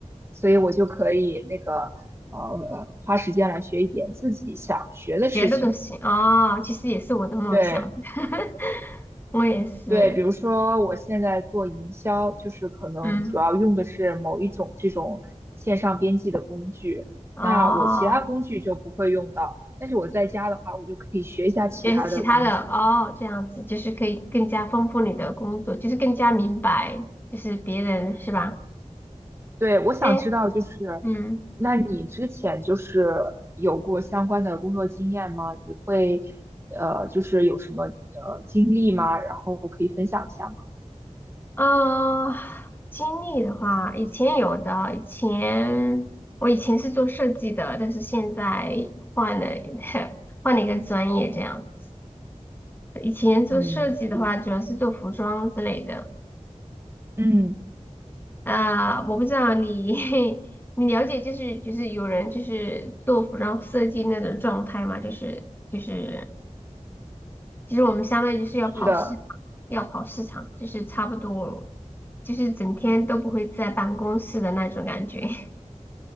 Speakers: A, on the right; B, on the left.
A: 所以我就可以那个，呃，花时间来学一点自己想学的事情。
B: 学的都行哦，其实也是我的梦想，
A: 对
B: <laughs> 我也是，
A: 对，比如说我现在做营销，就是可能主要用的是某一种这种线上编辑的工具，
B: 嗯，哦，
A: 那我其他工具就不会用到，但是我在家的话，我就可以学一下其他的工具。
B: 学其他的哦，这样子就是可以更加丰富你的工作，就是更加明白，就是别人是吧？
A: 嗯对，我想知道就是，
B: 哎，嗯。
A: 那你之前就是有过相关的工作经验吗？你会呃，就是有什么呃经历吗？然后可以分享一下吗？
B: 呃，经历的话，以前有的，以前我以前是做设计的，但是现在换了 <laughs> 换了一个专业这样子。以前做设计的话，
A: 嗯，是的，
B: 主要是做服装之类的。
A: 嗯，
B: 啊、我不知道你 <laughs> 你了解就是就是有人就是做服装设计那种状态吗？就是就是其实我们相当于就是要跑市场要跑市场，
A: 是的，
B: 就是差不多就是整天都不会在办公室的那种感觉。<laughs>